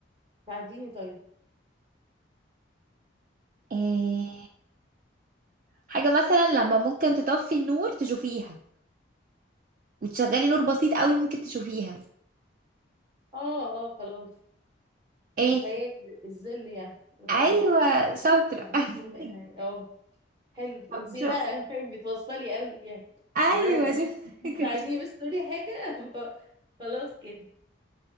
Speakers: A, on the right; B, on the right.
A: ساعديني طيب
B: إيه حاجة مثلا لما ممكن تطفي النور تشوفيها وتشغلي نور بسيط قوي ممكن تشوفيها
A: اه اه خلاص
B: ايه
A: الخيال الظل يعني الخيال
B: ايوه شاطرة
A: الظل
B: <laughs>
A: ما- يعني اه حلو
B: طب
A: انتي
B: شوف
A: لا <laughs> بتوصلي قوي يعني
B: ايوه
A: برافو
B: شوف
A: انتي
B: <laughs>
A: بتساعديني بس تقولي حاجة <laughs> خلاص كده